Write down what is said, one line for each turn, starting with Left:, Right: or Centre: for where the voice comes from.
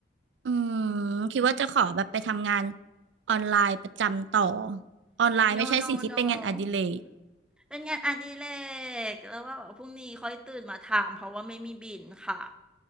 Right: อืมคิดว่าจะขอแบบไปทำงานออนไลน์ประจำต่อออนไลน์ไม่ใช่สิที่เป็นงานอดิเรก
Centre: no no no เป็นงานอดิเรกแล้วว่าแบบพรุ่งนี้ค่อยตื่นมาทำเพราะว่าไม่มีบินค่ะ